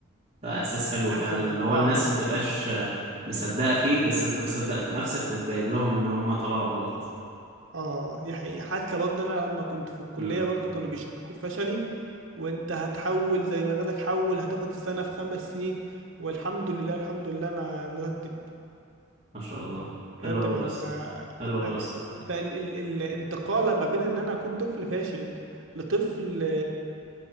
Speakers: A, on the right; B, on the right.
A: ده احساس حلو
B: كانت
A: فعلا
B: احسن لحظه
A: اللي هو
B: اه
A: الناس ما تبقاش آه، مصدقة فيك بس انت مصدق في نفسك وتبين لهم ان هم طلعوا غلط
B: اه دي حقيقة حتى برضه انا لما كنت في الكلية
A: امم
B: برضه كانوا بيشككوا في فشلي وانت هتحول زي ما قالك حول هتاخد السنة في خمس سنين والحمد لله الحمد لله انا مرتب
A: ما شاء الله
B: مرتب
A: حلو قوي
B: أوي.
A: يا اسطى
B: ف...
A: حلو قوي
B: ف...
A: يا صاحبي
B: فالانتقال ما بين ان انا اكون طفل فاشل لطفل